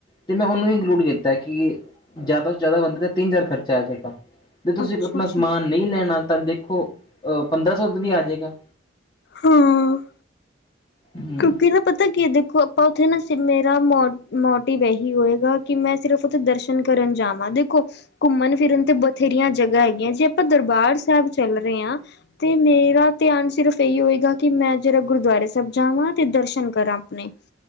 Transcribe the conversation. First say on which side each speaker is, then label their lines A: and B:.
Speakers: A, on the left (about 20°); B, on the left (about 55°).
A: ਤੇ ਮੈਂ ਉਹਨੂੰ ਵੀ ਇੰਕਲੂਡ ਕੀਤਾ ਕਿ ਜ਼ਿਆਦਾ ਤੋਂ ਜ਼ਿਆਦਾ ਬੰਦੇ ਦਾ ਤਿੰਨ ਹਜ਼ਾਰ ਖਰਚਾ ਆ ਜਾਏਗਾ। ਜੇ ਤੁਸੀਂ
B: ਅੱਛਾ
A: ਆਪਣਾ
B: ਅੱਛਾ
A: ਸਮਾਨ ਨਹੀਂ, ਲੈਣਾ ਤਾਂ ਦੇਖੋ ਪੰਦਰਾਂ ਸੌ ਤੋਂ ਵੀ ਆ ਜਾਵੇਗਾ।
B: ਹਮ
A: ਹਮ
B: ਕਿਉਂਕਿ ਨਾ ਪਤਾ ਕੀ ਹੈ ਦੇਖੋ ਆਪਾਂ ਉੱਥੇ ਨਾ ਮੇਰਾ ਮੋ ਮੋਟਿਵ ਇਹੀ ਹੋਏਗਾ। ਕਿ ਮੈਂ ਸਿਰਫ਼ ਉੱਥੇ ਦਰਸ਼ਨ ਕਰਨ ਜਾਵਾਂ ਦੇਖੋ, ਘੁੰਮਣ- ਫਿਰਨ ਤੇ ਬਥੇਰੀਆਂ ਜਗ੍ਹਾ ਹੈਗੀਆਂ ਜੇ ਆਪਾਂ ਦਰਬਾਰ ਸਾਹਿਬ ਚੱਲ ਦੇ ਆ। ਤੇ ਮੇਰਾ ਧਿਆਨ ਸਿਰਫ ਇਹੀ ਹੋਏਗਾ ਕਿ ਮੈਂ ਜਿਹੜਾ ਗੁਰਦੁਆਰੇ ਸਾਹਿਬ ਜਾਵਾਂ ਤੇ ਦਰਸ਼ਨ ਕਰਾਂ ਆਪਣੇ